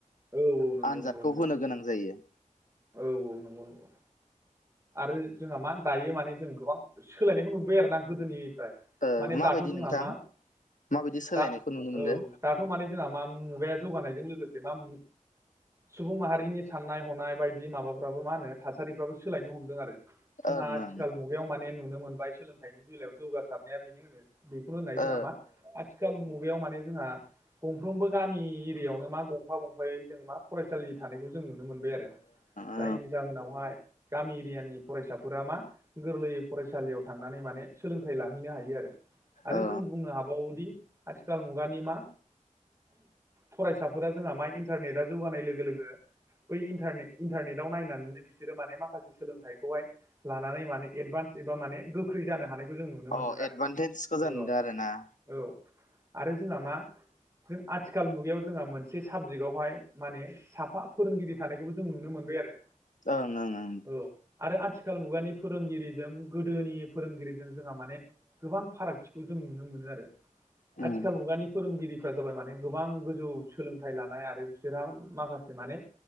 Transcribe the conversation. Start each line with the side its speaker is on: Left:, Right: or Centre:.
Right: औ औ नंगौ
Left: आनजादखौ
Right: नंगौ नंगौ
Left: होनो गोनां जायो।
Right: औ औ <unintelligible> आरो जोंहा मा दायो माने जों गोबां सोलायनायखौ नुबोबाय आरोना गोदोनिफ्राय।
Left: ओ
Right: माने दाथ'
Left: माबायदि
Right: जोंहा
Left: नोंथां
Right: मा
Left: माबायदि सोलायनायखौ
Right: दा
Left: नुनो मोनदों
Right: औ दा दाथ' माने जोंहा मा मुगाया जौगानायजों लोगोसे मा सुबुं माहारिनि साननाय हनाय बायदि माबाफ्राबो मा होनो थासारिफ्राबो सोलायनो हमदों आरो जोंहा
Left: ओं
Right: आथिखाल
Left: ओं
Right: बेयाव माने नुनो मोनबाय सोलोंथाइनि बेलायाव जौगासारनाया बेनो होनो बेखौनो होननाय जोंहा
Left: ओ
Right: मा आ आथिखाल मुगायाव माने जोंहा गंफ्रोमबो गामि एरियायावनो मा गंफा गंफायै जों मा फरायसालि थानायखौ जों नुनो मोनबाय आरो।
Left: ओ
Right: जायनि जाहोनावहाय गामि एरियानि फरायसाफोरा मा गोरलै फरायसालियाव थांनानै माने सोलोंथाइ लाहैनो हायो आरो। आरो
Left: ओं अ
Right: जों बुंनो हाबावोदि आथिखाल मुगानि मा फरायसाफोरा जोंहा मा इन्टारनेटा जौगानाय लोगो लोगो बै इन्टारने-इन्टारनेटाव नायनानैनो बिसोरो माने मा माखासे सोलोंथाइखौहाय लानानै माने एडभान्स एबा माने गोख्रै जानो हानाय जों नुनो मोनदों
Left: अ एडभान्टेजखौ
Right: आरो
Left: जानो
Right: औ
Left: नुदों आरो ना
Right: औ आरो जोंहा मा जों आथिखाल मुगायाव जोंहा मोनसे साबजेक्टआवहाय माने साफा फोरोंगिरि थानायखौबो जों नुनो मोनबाय आरो
Left: औं
Right: औ आरो आथिखाल मुगानि फोरोंगिरिजों गोदोनि फोरोंगिरिजों जोंहा माने गोबां फारागथिखौ जों नुनो मोनो आरो
Left: उम
Right: आथिखाल मुगानि फोरोंगिरि जाबाय माने गोबां गोजौ सोलोंथाइ लानाय आरो बिसोरहा माखासे माने